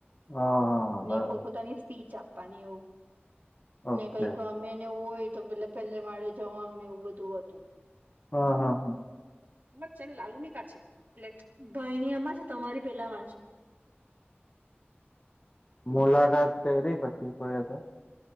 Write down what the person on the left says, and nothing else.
હા હા
બરાબર
ઓકે
હા હા હા
<inaudible> મુલાકાત કયરી <inaudible>